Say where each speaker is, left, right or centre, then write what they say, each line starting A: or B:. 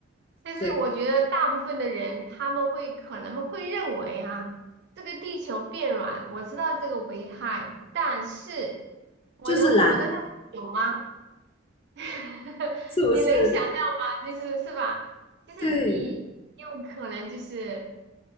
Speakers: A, on the right (about 60°); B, on the left (about 30°).
A: 但是我觉得大部分的人他们会可能会认为啊，
B: 对，
A: 这个地球变软，我知道这个危害，但是我能活得那么久吗？
B: 就是懒，
A: <laughs>
B: 是不是？
A: 你能想象吗？就是是吧？就是你有可能就是
B: 对